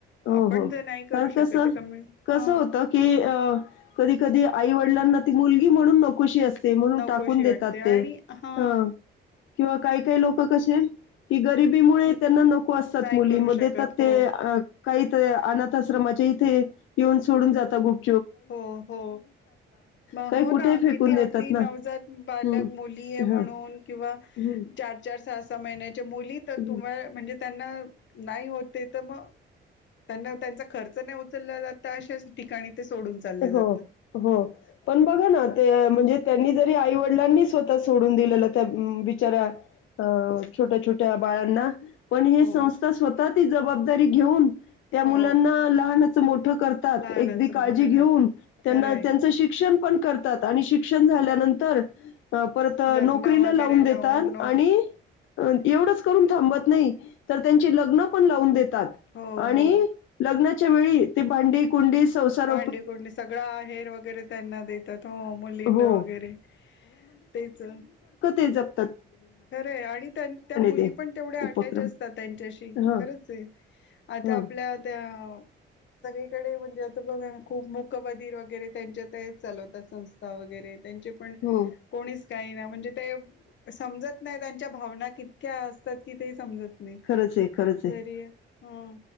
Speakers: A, on the left; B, on the left.
A: हो
B: आपण
A: हो
B: जर नाही करू
A: कारण
B: शकत
A: कस
B: कमी
A: कस
B: ह
A: होत की कधी कधी आई वडिलां- मुलगी म्हणून नौकशी असते म्हणून
B: नकोशी
A: टाकून देतात
B: वाटते
A: ते
B: आणि हा
A: ह किंवा काही काही लोक कसे कि गरिबीमुळे त्यांना नको असतात
B: नाही
A: मुलीमध्ये
B: करू शकत
A: तर ते
B: हो
A: काही तर अनाथ आश्रमाच्या इथे येऊन सोडून जातात गुप-
B: हो हो मग
A: काही
B: हो
A: कुठे
B: ना
A: फेकून
B: किती
A: देतात
B: अगदी
A: ना
B: नवजात बालक
A: हम्म
B: मुली आहे
A: हा
B: म्हणून किंवा
A: हम्म
B: चार चार सहा सहा महिने मुली तर
A: हम्म
B: तुम्हा म्हणजे त्यांना नाही होते तर मग त्यांना त्यांचा खर्च नाही उचलला जात अशाच ठिकाणी ते सोडून चालले जातात
A: हो हो पण बघा ना ते म्हणजे त्यांनी जरी आई व- -डिलांनी स्वतः सोडून दिलेलं त्या बिचऱ्या अं छोट्या छोट्या बाळांना पण हे
B: हो
A: संस्था स्वतः ती जबाबदा - -री घेऊन त्या मुलांना
B: हो
A: लहानच मो करतात
B: लहानाचं
A: एकदी काळजी
B: मोठं
A: ते घेऊन
B: करतात
A: त्यांना
B: खरंय
A: त्यांचे शिक्षण पण करतात आणि शिक्षण झाल्यानंतर परत
B: लग्न
A: नोकरीला
B: वगैरे
A: लावून देतात
B: हो
A: आणि एवढंच करून थांबत नाही तर त्यांची लग्न पण लावून देत देतात
B: हो
A: आणि
B: हो
A: लग्न च्या वळी ते भाडी कुंडी संसार
B: भांडी सगळा हेर वगैरे त्यांना देतात हो मुलींना
A: हो,
B: वगैरे तेच
A: जप
B: खरं आणि त्या मुली
A: ते
B: पण तेवढ्या
A: उपक्रम.
B: अटॅच असतात त्यांच्याशी
A: हां,
B: खरंच आहे आता
A: हां,
B: आपल्या त्या सगळीकडे म्हणजे आता बघा खूप मूकबधीर वगैरे त्यांच्यात चालवतात संस्था वगैरे त्यांचे पण
A: हो.
B: कोणीच काही ना म्हणजे ते समजत नाही त्यांच्या भावना कितक्या असतात की ते समजत नाही.
A: खरंच आहे खरंच आहे
B: तरी ह